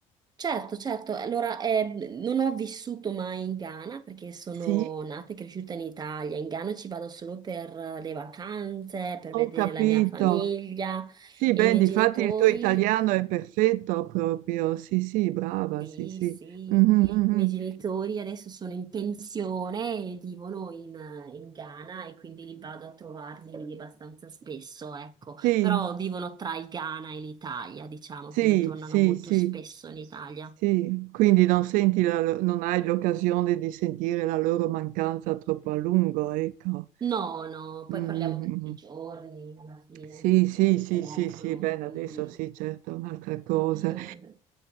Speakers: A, on the right; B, on the right.
A: Certo, certo. Allora, eh, non ho vissuto mai in Ghana perché sono
B: Sì,
A: nata e cresciuta in Italia. In Ghana ci vado solo per eh, le vacanze, per
B: ho
A: vedere
B: capito.
A: la mia famiglia
B: Sì, ben,
A: e i miei
B: difatti
A: genitori.
B: il tuo italiano è perfetto proprio. Sì, sì, brava,
A: Sì,
B: sì, sì.
A: sì,
B: Mhm,
A: i
B: mhm.
A: miei genitori adesso sono in pensione e vivono in, eh, in Ghana e quindi li vado a trovarli abbastanza spesso, ecco.
B: Sì,
A: Però vivono tra il Ghana e l'Italia, diciamo,
B: Sì,
A: quindi tornano
B: sì,
A: molto
B: sì,
A: spesso in Italia.
B: sì, quindi non senti la lo- non hai l'occasione di sentire la loro mancanza troppo a lungo, ecco.
A: No, no, poi
B: Mm,
A: parliamo tutti i giorni alla fine,
B: Sì, sì,
A: al
B: sì,
A: telefono,
B: sì, sì, bene,
A: quindi...
B: adesso sì, certo, è un'altra cosa.
A: <laughs>